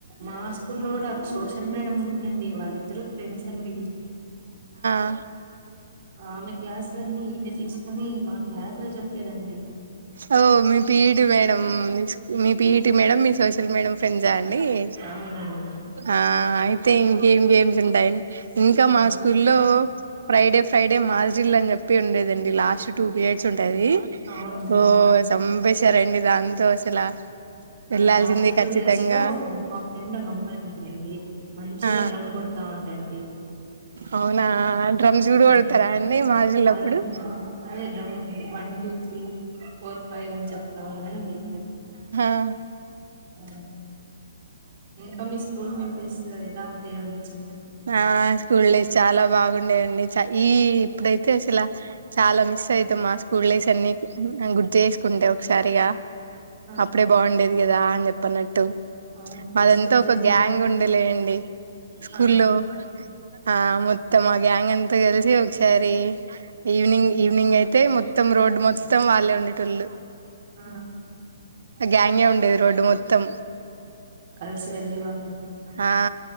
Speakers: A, on the right (about 45°); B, on the right (about 80°).
A: మా స్కూ లో కూడా సోషల్ మేడం ఉందిండి వాళ్ళిద్దరు ఫ్రెండ్స్ అండి
B: ఆ
A: ఆమె క్లాసులన్నీ ఈమె తీసుకొని మా క్లాసులు చెప్పేదండి
B: అగో మీ పిటి మేడం మీ పిటి మేడం మీ సోషల్ మేడం ఫ్రెండ్స్ ఆయే నెయ్యి
A: అవునండి
B: ఆ అయితే ఏం గేమ్స్ ఉంటాయి ఇంకా మా
A: ఆ
B: స్కూల్లో ఫ్రైడే ఫ్రైడే మాల్ జిమ్ అని చెప్పి ఉండేదండి లాస్ట్ టూ పిరియడ్స్ ఉంటాయి
A: అవునండి
B: ఓ చంపేశారండి దాంతో అసలా
A: ఆ
B: వెళ్లాల్సిందే
A: లాస్ట్ టూ
B: ఖచ్చితంగా
A: ఇయర్స్ లో మా ఫ్రెండ్ ఒక అమ్మాయి ఉందండి మంచిగా
B: ఆ
A: డ్రమ్ కొడతా ఉంటడి
B: అవునా డ్రమ్స్ కూడా
A: అవునండి
B: కొడతారా అండి మాజీలప్పుడు
A: అ అ అయి డ్రమ్ ఉ one two three four five అని చెప్తాం కదండీ అది
B: ఆ
A: అ ఇంకా మీ స్కూల్ మెంబర్స్ ఎలా ఉంటే ఏముంది చెప్పు
B: ఆ స్కూల్ చాలా బాగుండేదండి ఈ ఈ ఇప్పుడైత అసల చాలా మిస్ అవుతాం మా స్కూల్ లైఫ్ అన్ని గుర్తు చేసుకుంటే ఒకసారిగా
A: ఆ
B: అప్పుడే బాగుండేది కదా అని చెప్పనట్ట
A: అవునండి
B: అదంతా
A: స్కూల్ డేస్
B: ఒక గ్యాంగ్ ఉండేలేయండి స్కూల్లో
A: ఆ
B: ఆ మొత్తమా గ్యాంగ్ అంతా కలిసి ఒకసారి ఈవనింగ్
A: ఆ
B: ఈవనింగ్ అయితే అయితే మొత్తం రోడ్డు మొత్తం వాళ్ళే ఉండేటళ్ళు
A: ఆ
B: గ్యాంగే ఉండేది రోడ్డు మొత్తం
A: కలిసి వెళ్ళే వాళ్ళ
B: ఆ